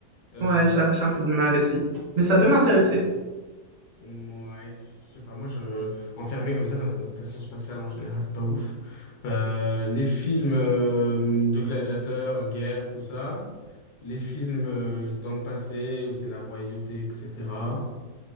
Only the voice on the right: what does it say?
Ouais, j'avoue, j'ai un peu de mal aussi. Mais ça
peut m'intéresser.